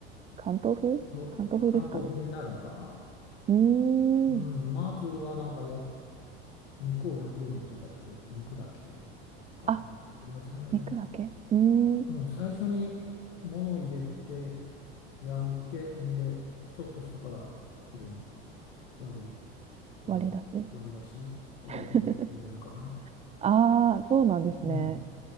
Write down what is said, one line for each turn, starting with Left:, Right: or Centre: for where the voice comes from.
Right: 関東風関東風ですかね。
Left: ど、関東風になるんかな。
Right: うーん。
Left: うん、まずはなんか焼肉を焼くような気がする。肉だけかな。
Right: あ、
Left: 野菜も入れるか。
Right: 肉だけうーん。
Left: うん、最初に物を入れて焼いて、んで、ちょっとしてから入れる。割り、割り、
Right: 割り出し。
Left: 割り出しを入れる、
Right: <laughs>
Left: 入れるかな。
Right: ああ、そうなんですね。
Left: うん、